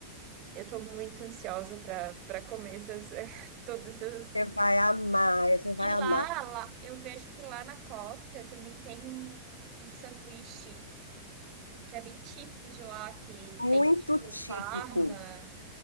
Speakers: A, on the right (about 40°); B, on the left (about 85°).
A: Eu tô muito ansiosa para para comer essas, <laughs> todas essas.
B: Você vai amar, você vai
A: E lá,
B: amar.
A: lá, eu vejo que lá na costa também tem um, um sanduíche que é bem típico de lá, que
B: muito
A: vem tipo
B: típico.
A: Parma,